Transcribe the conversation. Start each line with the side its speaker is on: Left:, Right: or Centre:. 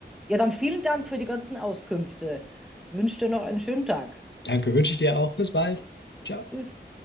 Centre: Ja, dann vielen Dank für die ganzen Auskünfte. Wünsche dir noch einen schönen Tag.
Left: Danke, wünsche ich dir auch. Bis bald. Ciao.
Centre: Tschüss.